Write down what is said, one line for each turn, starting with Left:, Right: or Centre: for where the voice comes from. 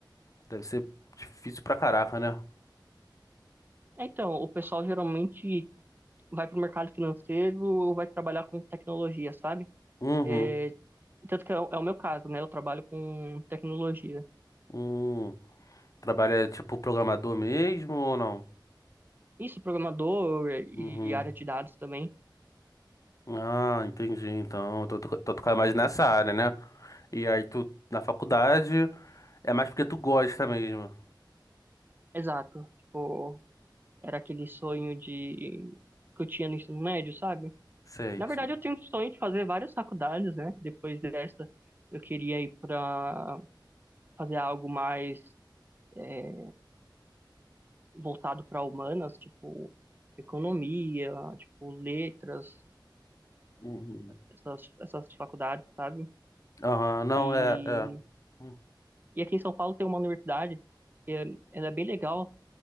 Left: Deve ser difícil pra caraca, né?
Right: É, Então, o pessoal geralmente vai para o mercado financeiro ou vai trabalhar com tecnologia, sabe?
Left: Uhum.
Right: É, e tanto que é, o é o meu caso, né? Eu trabalho com tecnologia.
Left: Hum. Trabalha tipo programador mesmo ou não?
Right: Isso, programador e
Left: Uhum.
Right: área de dados também.
Left: Ah, entendi. Então, tu tu- tu toca mais nessa área, né? E aí tu na faculdade é mais porque tu gosta mesmo.
Right: Exato. Tipo, era aquele sonho de que eu tinha no ensino médio, sabe?
Left: Sei,
Right: Na verdade,
Left: sei.
Right: eu tenho o sonho de fazer várias faculdades, né? Depois dessa, eu queria ir para fazer algo mais é, voltado para humanas, tipo economia, tipo letras,
Left: Uhum.
Right: essas, essas faculdades, sabe?
Left: Aham, não,
Right: E,
Left: é, é. Hum,
Right: e aqui em São Paulo tem uma universidade que é, ela é bem legal